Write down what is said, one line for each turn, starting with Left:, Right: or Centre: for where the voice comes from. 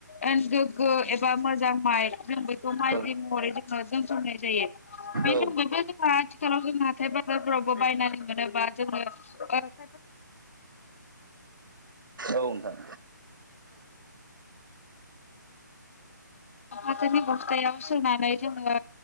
Left: एन गोगो एबा मोजां माइ जों बखौ माइज्लि
Right: औ
Left: महरै जोङो जों जोमनाय जायो बे
Right: औ
Left: रैबो जोङा आथिलाव जों हाथाय बाजारफोरावबो बायनानै मोनोबा जोङो ओ
Right: औ नोंथां
Left: औ फाथोनि बस्थायाव सोनानै जोङो